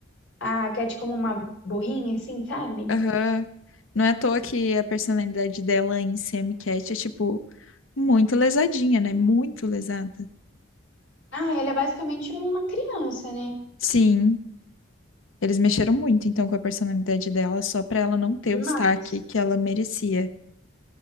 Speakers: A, on the left (about 70°); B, on the left (about 90°).
A: a Cat como uma burrinha, assim, sabe?
B: Aham. Não é à toa que a personalidade dela em Sam Cat é, tipo, muito lesadinha, né? Muito lesada.
A: Ah, ela é basicamente uma criança, né?
B: Sim, eles mexeram muito, então, com a personalidade dela, só pra ela não ter
A: Demais.
B: o destaque que ela merecia.